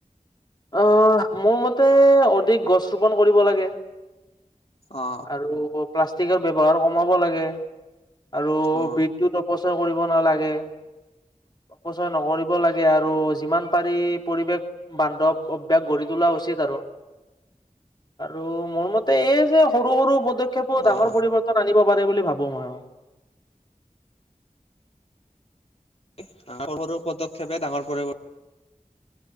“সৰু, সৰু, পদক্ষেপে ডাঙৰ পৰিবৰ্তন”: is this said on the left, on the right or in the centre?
Left